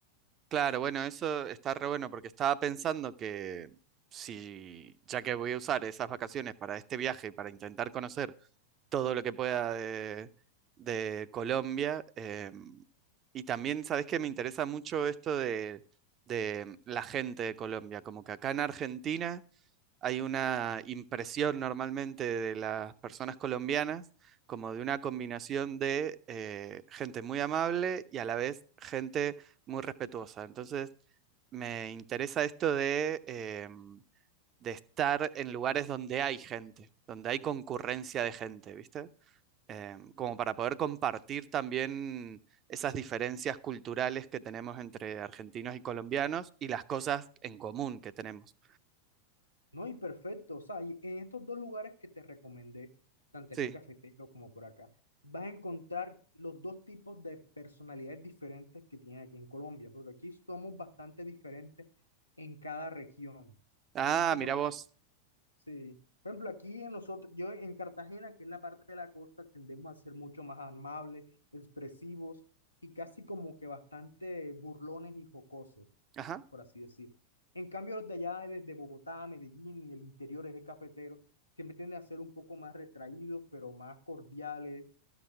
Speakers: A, on the right; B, on the left.
A: claro, bueno, eso está re bueno porque estaba pensando que si, ya que voy a usar esas vacaciones para este viaje, para intentar conocer todo lo que pueda de, de Colombia, em, y también, ¿sabés que me interesa mucho esto de, de la gente de Colombia? Como que acá en Argentina hay una impresión normalmente de las personas colombianas como de una combinación de eh, gente muy amable y a la vez gente muy respetuosa. Entonces, me interesa esto de, eh, de estar en lugares donde hay gente, donde hay concurrencia de gente, ¿viste? Eh, como para poder compartir también esas diferencias culturales que tenemos entre argentinos y colombianos y las cosas en común que tenemos.
B: No, y perfecto. O sea, y en estos dos lugares que te recomendé, tanto
A: Sí.
B: el eje cafetero como por acá, vas a encontrar los dos tipos de personalidades diferentes que tienen aquí en Colombia, porque aquí somos bastante diferentes en cada región.
A: Ah,
B: Mm, Como,
A: mira vos.
B: sí. Por ejemplo, aquí en nosotros, yo en Cartagena, que es la parte de la costa, tendemos a ser mucho más amables, expresivos y casi como que bastante burlones y jocosos
A: Ajá,
B: por así decir. En cambio, los de allá, desde Bogotá, Medellín y el interior eje cafetero, siempre tienden a ser un poco más retraídos, pero más cordiales